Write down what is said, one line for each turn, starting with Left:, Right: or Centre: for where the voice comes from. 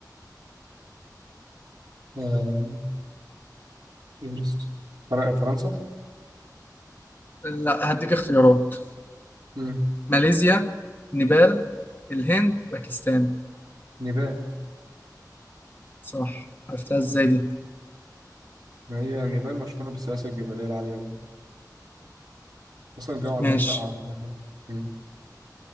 Right: آه، ايفرست فر- فرنسا
Left: لا هديك اختيارات
Right: امم
Left: ماليزيا نيبال الهند باكستان
Right: نيبال
Left: صح عرفتها ازاي دي
Right: ما هي نيبال مشهورة بالسلاسل الجبلية العالية يعني اصلا الجو عندهم
Left: ماشي
Right: ساقعة وكده امم